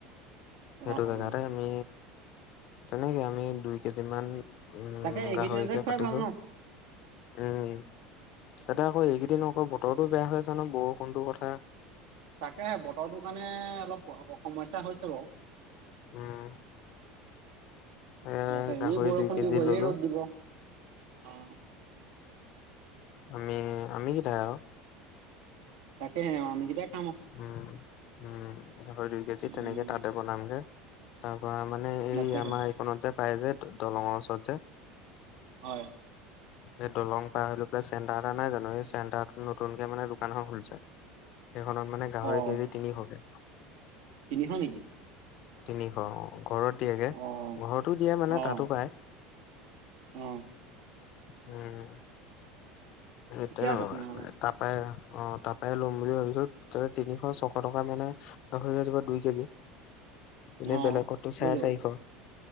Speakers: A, on the left (about 50°); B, on the right (about 80°).
A: সেইটো
B: অ', অ',
A: জাগাতে আমি তেনেকে আমি দুই কেজি মান - উম
B: তাকে এইকেইদিনতে
A: গাহৰিকে
B: খুৱাই
A: পাতিছো।
B: ভাল ন?
A: উম তাতে আকৌ এইকেইদিন আকৌ বতৰতো বেয়া হৈ আছ নহয় বৰষুণটোৰ কথা। হা?
B: তাকে বতৰটো কাৰণে অলপ স স সমস্যা হৈছে বাও।
A: উম। এ
B: এইয়াতে
A: গাহৰি
B: এই বৰষুণ
A: দুই কেজি
B: দিব এই
A: ললো
B: ৰ'দ দিব, অ।
A: আমি আমি কেইটাই আও।
B: তাকেহে অ আমি কেইটাই -
A: উম উম গাহৰি দুই কেজি
B: উম,
A: তেনেকে তাতে বনামগে। তাৰ পৰা মানে এই
B: তাকেহে
A: আমাৰ এইকণত যে পাই যে দলংৰ ওচৰত যে।
B: হয়।
A: এই দলং পাৰহৈ লৈ পেলাই চেণ্টাৰ এটা নাই জানো এই চেণ্টাৰটোত নতুন কে মানে দোকান এখধ খুলিছে। সেই খনত মানে গাহৰি
B: অ'।
A: কেজি তিনিশকে।
B: তিনিশ নেকি?
A: তিনিশ অ ঘৰত দিয়েগে।
B: অ',
A: ঘৰতো দিয়ে মানে
B: অ',
A: তাতো পায়।
B: অ।
A: উম। সেইটোৱে
B: ঠিকে
A: নলগাই
B: আছে তেনেহ'লে
A: মানে। তাপাই অ তাপাই ল'ম বুলি ভাবিছো তেতিয়া তিনিশ ছশ টকা মানে - গাহৰি লাগিব দুই কেজি। এনেই
B: অ'।
A: বেলেগতো
B: হৈ
A: চাৰে
B: যাব
A: চাৰিশ।